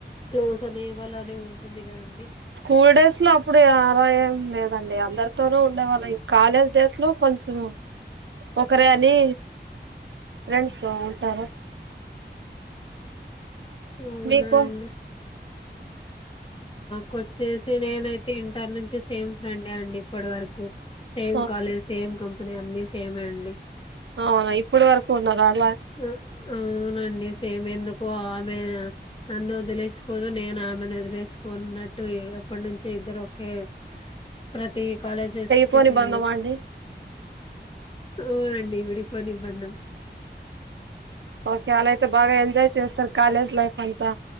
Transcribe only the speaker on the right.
స్కూల్ డేస్ లో అప్పుడు ఆరాయం లేదండి అందరితోనూ ఉండేవాళ్లే కాలేజ్ డేస్ లో కొంచము ఒకరే అని ఫ్రెండ్స్ ఉంటారు
మీకు
ఓకే
అవునా ఇప్పుడు వరకు ఉన్న గాట్
చెయిపోని
బందమా అండి
ఓ క్యాలేట్ అంతే బాగా ఎంజాయ్ చేస్తారు కాలేజ్ లైఫ్ అంతా